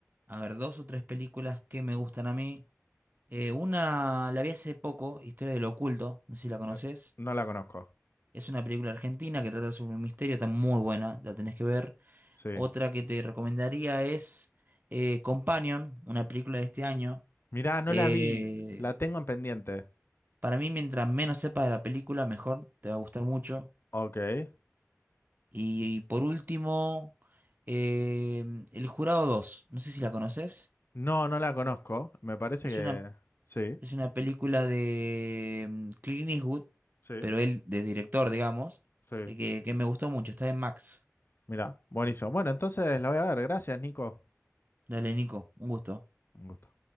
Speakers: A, on the right; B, on the left.
A: A ver, dos o tres películas que me gustan a mí. Eh, una la vi hace poco, Historia del Oculto, no sé si la conoces.
B: Sí. No la conozco.
A: Es una película argentina que trata sobre un misterio, está muy buena, la tenés que ver.
B: Sí.
A: Otra que te recomendaría es eh, Companion, una película de este año.
B: Mirá, no
A: Eh,
B: la vi, la tengo en pendiente.
A: para mí, mientras menos sepas de la película, mejor, te va a gustar mucho.
B: O- ok.
A: Y, por último, eh, El Jurado dos no sé si la conoces.
B: No, no la conozco. Me parece
A: Es
B: que
A: una,
B: sí,
A: es una película de mm, Clint Eastwood,
B: sí,
A: pero él de director, digamos,
B: sí.
A: eh, que, que me gustó mucho, está en Max.
B: Mirá, buenísimo. Bueno, entonces la voy a ver. Gracias, Nico.
A: Dale, Nico, un gusto.
B: Un gusto.